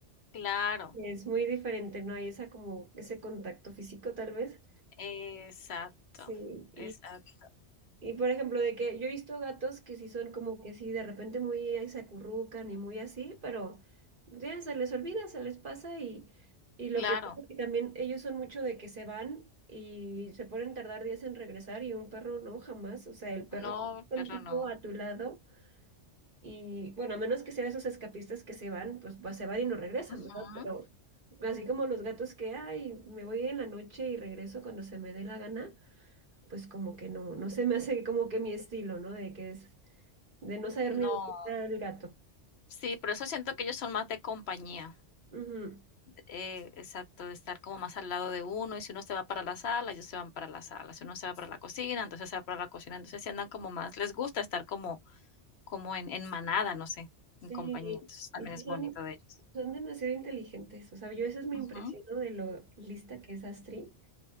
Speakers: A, on the left; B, on the right.
A: Claro,
B: Es muy diferente, no hay esa como ese contacto físico tal vez.
A: exacto,
B: Sí,
A: exacto,
B: Y por ejemplo, de que yo he visto gatos que sí son como que sí, de repente muy ahí se acurrucan y muy así, pero ya se les olvida, se les pasa y, y lo
A: claro.
B: que que también ellos son mucho de que se van y se pueden tardar días en regresar y un perro no, jamás, o sea, el perro
A: No,
B: contigo
A: pero no.
B: a tu lado y bueno, a menos que sea esos escapistas que se van, pues, pues se van y no regresan,
A: Ujú.
B: ¿verdad? Pero así como los gatos que, ay, me voy en la noche y regreso cuando se me dé la gana pues como que no, no se me hace como que mi estilo, ¿no? De que es, de no saber
A: No,
B: ni dónde está el gato.
A: sí, por eso siento que ellos son más de compañía.
B: Ujú.
A: Eh, exacto, de estar como más al lado de uno. Y si uno se va para la sala, ellos se van para la sala. Si uno se va para la cocina, entonces se va para la cocina. Entonces sí andan como más, les gusta estar como como en en manada, no sé,
B: Sí,
A: en compañía, entonces también
B: y sí
A: es
B: son,
A: bonito de ellos.
B: son demasiado inteligentes. O sea, yo eso es mi
A: Ujú.
B: impresión de lo lista que es Astrid.